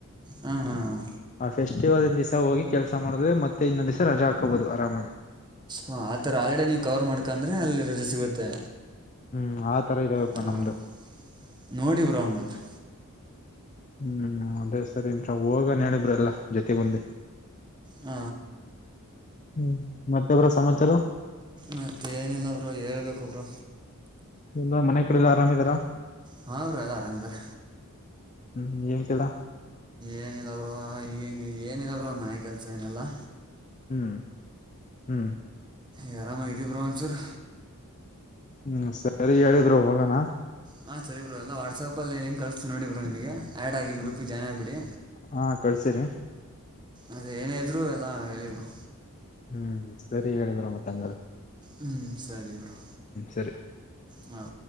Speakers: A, on the right; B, on the left.
A: ಹಾಂ ಹಾಂ
B: ಆ ಫೆಸ್ಟಿವಲ್ನ್ ದಿವಸ ಹೋಗಿ ಕೆಲ್ಸ ಮಾಡಿದ್ರೆ ಮತ್ತೆ ಇನ್ನೊಂದ್ ದ್ಸ ರಜಾ ಹಾಕಬಹುದು ಆರಾಮಾಗಿ
A: ಅೊ ಆತರ ಆಲ್ಡೆ ನೀವು್ ಕವರ್ ಮಾಡ್ಕಂದ್ರೆ ಅಲ್ಲಿ ರಜೆ ಸಿಗುತ್ತೆ
B: ಹ್ಮ್ ಆ ತರ ಇದಾವ
A: ಹಾಂ
B: ನಮ್ದು
A: ನೋಡಿ ಬ್ರೋ ಹಂಗಾದ್ರೆ
B: ಹ್ಮ್ ಅದೇ ಸರಿ ಹೋಗ ನಣಬ್ರ ಎಲ್ಲ ಜೊತೆಗೊಂದಿ
A: ಹ
B: ಹ್ಮ್ ಮತ್ತೆಬ್ಬರ ಸಮಾಚಾರ
A: ಮತ್ತೆ ಏನಿಲ್ಲ ಬರು ಹೇಳ್ಬೇಕೊಬ್ರು
B: ಇ ಮನೆ ಕಡೆಲ್ಲ ಆರಾಮ್ಿದಾರಾ
A: ಹಾ ಅವರು ಎಲ್ಲ ಆರಾಮಿದಾರ
B: ಹ್ಮ್ ಏನ್ ಕೆಲ್ಲ
A: ಏನಿಲ್ಲವರು ಈ ಏನಿಲ್ಲವರು ಮನೆ ಕೆಲ್ಸ ಏನೆಲ್ಲಾ
B: ಹ್ಮ್ ಹ್ಮ್
A: ಯಾರಾಮ ಇದೆ ಪ್ರಮಚರ್
B: ಹ್ಮ್ ಸರಿ ಹೇಳಿದ್ರು ಹೋಗಣ
A: ಹಾಂ ಸರಿ ಬ್ರೋ ಅಲ್ಲ ವಾಟ್ಸಪಲ್ಲಿ ಲಿಂಕ್ ಕಳಿಸತು ನೋಡಿ ಬ್ರೋ ನಿಮಗೆ ಆ್ಯಡ್ ಆಗಿ ಗ್ರೂಪಿಗೆ
B: ಹ್ಮ
A: ಜಾಯ್ನ್ ಆಗಿಬಿಡಿ
B: ಹಾ ಕಳ್ಸಿರಿ
A: ಅದೇ ಏನೇ ಇದ್ರು ಎಲ್ಲ ಹೇಳಿ ಬರು
B: ಹ್ಮ್ ಸರಿ ಹೇಳಿದ್್ರ ಮತ್ತಂಗ
A: ಹ್ಮ್ ಸರಿ ಬ್ರಾ
B: ಸರಿ
A: ಹ